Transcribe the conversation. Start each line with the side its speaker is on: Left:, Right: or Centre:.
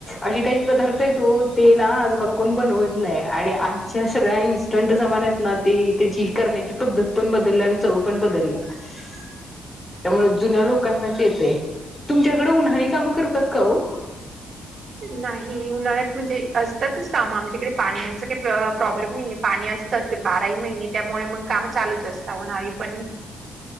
Left: अे काही पदार्थ आहे तो ते ना आजकाल कोण बनवत नाही आणि आजच्या सगळ्या इन्स्टंट जमान्यात ना ते त्याची करण्याची पद्धत पण बदलल्या आणि चव पण बदल <inaudible> त्यामुळे
Right: हो.
Left: जुन्या लोकांनाच येते तुमच्याकडे उन्हाळी कामं करतात का हो
Right: नाही उन्हाळ्यात म्हणजे असतातच काम आमच्याकडे पाण्याच काही प्रॉब्लेम नाहीये पाणी असतात. बाराही महिने त्यामुळे मग काम चालूच असतात उन्हाळी पण